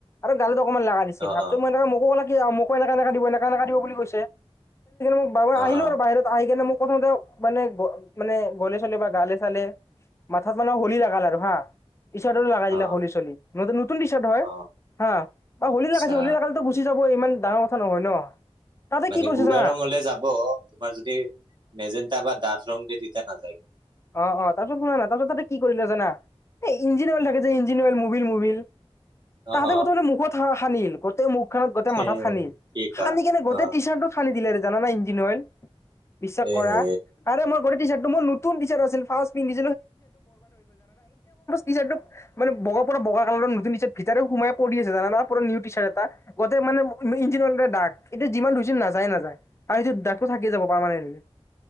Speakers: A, on the left (about 25°); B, on the right (about 45°).
A: আৰু গালো অকনমান লাগা। ছিল
B: অ'
A: হাতটো
B: অ'
A: মই মোকো ক কি মোক <unintelligible> ব
B: অ'
A: আহিলো
B: অ'
A: আৰু বাহিৰত আহি কেনে মোক প্রথমতে মানে গ মানে গলে চলে বা গালে চালে মাথাত মানে হোলী লগাল আৰু হা। টি চাৰ্টটো লগাই দিলে
B: অ'
A: হল চলী নত নতুন টি চাৰ্ট হয়
B: অ'
A: হা বা হোলী
B: আচ্ছা
A: লাগাইছে হলি লা যাব ইমান ডাঙৰ কথা নহয় ন। তাতে
B: মানে
A: কি কৰিছে
B: গুড়া
A: জানা
B: ৰং হলে যাব তোমাৰ যদি মেজেণ্টাা বা ডাঠ ৰং দিয়ে তেতিয়া নাযায়।
A: অ', অ' তাৰপাছত শুনা না তাৰ পাছত তাতে কি কৰিলে জানা। এই ইঞ্জিন অৱেল থাকে যে ইঞ্জিনৱল মুবিল মুবিল তাহাঁতে
B: অ' অ'
A: প্ৰতমানে মুখত সানিল গোটেই মুখখনত গোটেই
B: সেই
A: মাথাত সানিল
B: কি কোৱা
A: সানি কিনে গোটেই
B: অ'
A: টি চাৰ্টত দিলে জানা না ইঞ্জিন অইল বিশ্বাস
B: এ
A: কৰা
B: হে
A: <unintelligible> নতন টিচাৰ্ট আছিল ফাৰ পিন্ধি সেই <unintelligible> মানেগ পৰা বগা কালৰ নতুন ভিততে সোমাই পৰি আছে জান প নিউ চাৰট এটা গতে মানে ইঞ্জিনল ডাক এতিয়া যিমান ধুইছিল নাযায়ে নাযায়। আৰু সিটো দাকটো থাকি যাব পাৰানেটি